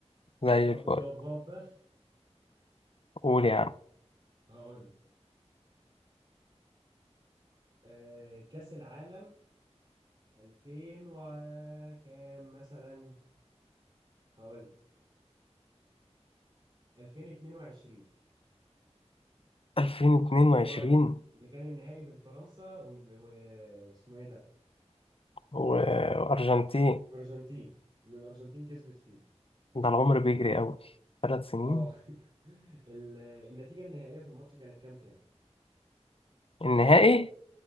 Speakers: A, on the left; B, on the right.
A: زي
B: يا
A: الفل
B: رب تجاوب غلط بقى
A: قول يا عم
B: هقول لك. آه، كاس العالم 2000 وكام مثلا هقول لك. 2022
A: ألفين اتنين
B: القريب
A: وعشرين
B: اللي كان النهائي بين فرنسا ونج- واسمه ايه ده
A: و- وأرجنتين
B: الارجنتين اللي الارجنتين كسبت فيه
A: ده العمر بيجري أوي ثلاث سنين
B: اه <laughs> ال- النتيجه النهائيه في الماتش كانت كام كام
A: النهائي